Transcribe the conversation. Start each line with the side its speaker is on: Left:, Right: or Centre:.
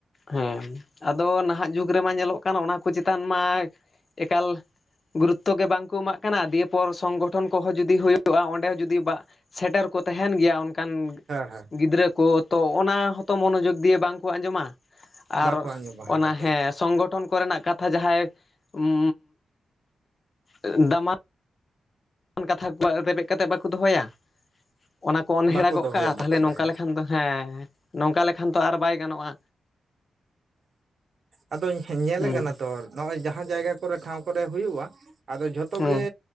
Left: ᱦᱮᱸ᱾ ᱟᱫᱚ ᱱᱟᱦᱟᱜ ᱡᱩᱜᱽ ᱨᱮᱢᱟ ᱧᱮᱞᱚᱜ ᱠᱟᱱ ᱚᱱᱟ ᱠᱚ ᱪᱮᱛᱟᱱ ᱢᱟ ᱮᱠᱟᱞ ᱜᱩᱨᱩᱛᱛᱚ ᱜᱮ ᱵᱟᱝᱠᱚ ᱮᱢᱟᱜ ᱠᱟᱱᱟ ᱫᱤᱭᱮ ᱯᱚᱨ ᱥᱚᱝᱜᱚᱴᱷᱚᱱ ᱠᱚᱦᱚᱸ ᱡᱩᱫᱤ ᱦᱩᱭᱩᱜᱼᱟ ᱚᱸᱰᱮ ᱦᱚᱸ ᱡᱩᱫᱤ ᱥᱮᱴᱮᱨ ᱠᱚ ᱛᱟᱦᱮᱱ ᱜᱮᱭᱟ ᱚᱱᱠᱟᱱ
Right: ᱦᱮᱸ ᱦᱮᱸ
Left: ᱜᱤᱫᱽᱨᱟᱹ ᱠᱚ ᱛᱚ ᱚᱱᱟ ᱦᱚᱸᱛᱚ ᱢᱚᱱᱚᱡᱳᱜᱽ ᱫᱤᱭᱮ ᱵᱟᱝᱠᱚ ᱟᱸᱡᱚᱢᱟ
Right: ᱵᱟᱠᱚ
Left: ᱟᱨ
Right: ᱟᱸᱡᱚᱢᱟ
Left: ᱚᱱᱟ
Right: ᱵᱟᱠᱚ ᱟᱸᱡᱚᱢᱟ
Left: ᱦᱮᱸ ᱥᱚᱝᱜᱚ ᱜᱚᱴᱚᱱ ᱠᱚᱨᱮᱱᱟᱜ ᱠᱟᱛᱷᱟ ᱡᱟᱦᱟᱸᱭ ᱩᱸᱻ ᱮ ᱫᱟᱢᱟᱱ ᱠᱟᱛᱷᱟ ᱠᱚᱣᱟᱜ ᱨᱮᱵᱮᱫ ᱠᱟᱛᱮᱫ ᱵᱟᱠᱚ ᱫᱚᱦᱚᱭᱟ? ᱚᱱᱟ ᱠᱚ ᱚᱱᱦᱮᱟᱜᱚᱜ
Right: ᱵᱟᱠᱚ ᱫᱚᱦᱚᱭᱟ
Left: ᱠᱟᱜᱼᱟ
Right: ᱵᱟᱠᱚ
Left: ᱛᱟᱦᱞᱮ
Right: ᱫᱚᱦᱚᱭᱟ
Left: ᱱᱚᱝᱠᱟ ᱞᱮᱠᱷᱟᱱ ᱫᱚ ᱦᱮᱸ᱾ ᱱᱚᱝᱠᱟ ᱞᱮᱠᱷᱟᱱ ᱛᱚ ᱟᱨ ᱵᱟᱭ ᱜᱟᱱᱚᱜᱼᱟ᱾
Right: ᱟᱫᱚᱧ ᱧᱮᱞᱮᱜ
Left: ᱦᱩᱸ
Right: ᱠᱟᱱᱟ ᱛᱚ ᱱᱚᱜᱼᱚᱭ ᱡᱟᱦᱟᱸ ᱡᱟᱭᱜᱟ ᱠᱚᱨᱮ ᱴᱷᱟᱶ ᱠᱚᱨᱮ ᱦᱩᱭᱩᱜᱼᱟ᱾ ᱟᱫᱚ ᱡᱷᱚᱛᱚ
Left: ᱦᱩᱸ
Right: ᱜᱮ